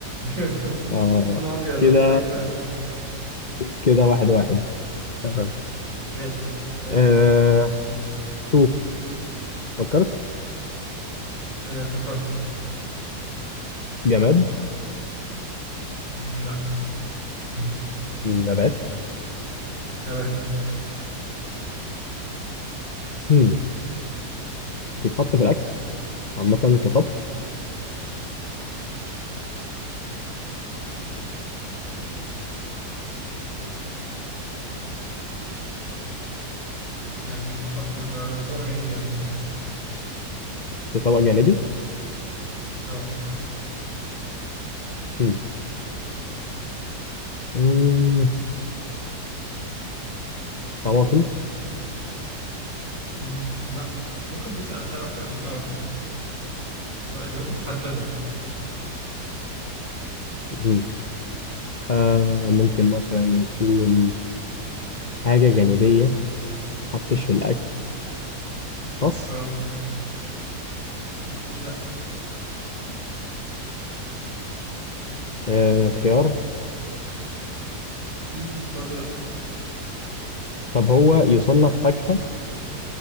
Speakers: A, on the right; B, on the left.
A: جبته
B: اه
A: لونه ابيض
B: كده
A: ايوه ايوه صح
B: كده واحد واحد تمام
A: ماشي تمام
B: آه شوف فكرت
A: آه، فكرت
B: جماد
A: مم، لا <clears throat>
B: نبات
A: نبات
B: هم. بيتحط في الأكل عامة كطبخ
A: يعني مش بتحط يبقى طبق جانبي عموما
B: في طبق جانبي
A: اه
B: هم. مم، طماطم
A: مم، لا ممكن تسأل أسئلة أكتر عشان تعرف يعني عشان تبقى الإجابات محددة
B: هم. آه ممكن مثلا يكون حاجة جانبية حطش في الأكل خس
A: اه مم، لا
B: آه خيار
A: مم، برضو لا
B: طب هو يصنف فاكهة